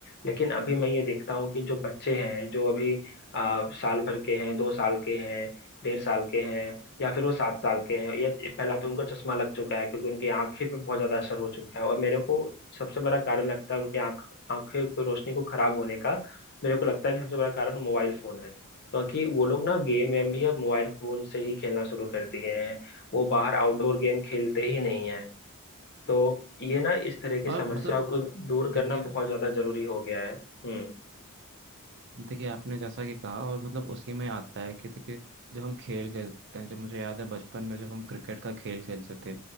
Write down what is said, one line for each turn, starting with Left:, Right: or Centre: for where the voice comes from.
Left: लेकिन अभी मैं ये देखता हूँ कि जो बच्चे हैं जो अभी आ, साल भर के हैं दो साल के हैं डेढ़ साल के हैं या फिर वो सात साल के हैं या पहला तो उनका चश्मा लग चुका है क्योंकि उनकी आंखें पे बहुत ज्यादा असर हो चुका है और मेरे को सबसे बड़ा कारण लगता है उनकी आंख आंखें की रोशनी को खराब होने का मेरे को लगता है कि सबसे बड़ा कारण मोबाइल फोन है क्योंकि वो लोग ना गेम वेम भी अब मोबाइल फोन से ही खेलना शुरू कर दिए हैं वो बाहर आउटडोर गेम खेलते ही नहीं है तो ये ना इस तरह की
Right: और
Left: समस्याओं
Right: मतलब
Left: को दूर
Right: देखिए
Left: करना बहुत ज्यादा जरूरी हो गया है हम्म
Right: देखिए आपने जैसा कि कहा और मतलब उसी में आता है कि देखिए जब हम खेल खेलते हैं जब मुझे याद है बचपन में जब हम क्रिकेट का खेल खेलते थे